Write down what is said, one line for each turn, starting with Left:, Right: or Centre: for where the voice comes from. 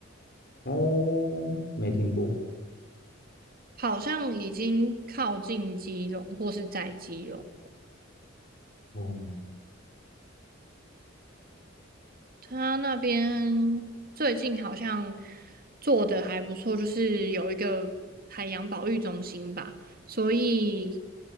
Left: 哦，没听过，
Right: 好像已经靠近基隆或是在基隆。
Left: 哦、
Right: 他那边最近好像做的还不错，就是有一个海洋保育中心吧，所以